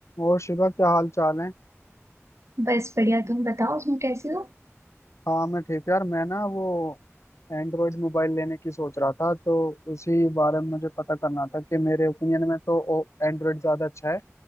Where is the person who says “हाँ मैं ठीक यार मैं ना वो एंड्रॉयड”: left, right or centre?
Left